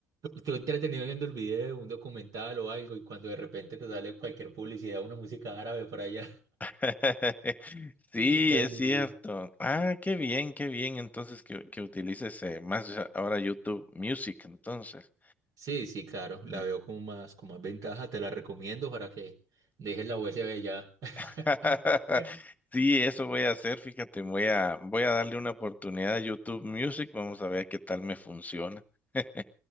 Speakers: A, on the right; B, on the left.
A: tú entretenido viendo el video, un documental o algo y cuando de repente te sale cualquier publicidad, una música árabe por allá,
B: <laughs> Sí,
A: <laughs> entonces
B: es cierto.
A: sí.
B: Ah, qué bien, qué bien entonces que, que utilices eh, más ahora YouTube Music, entonces.
A: Sí, sí, claro, la
B: Mm.
A: veo como más, como más ventaja, te la recomiendo para que dejes la USB ya. <laughs>
B: <laughs> Sí, eso voy a hacer, fíjate, voy a, voy a darle una oportunidad a YouTube Music, vamos a ver qué tal me funciona. <laughs>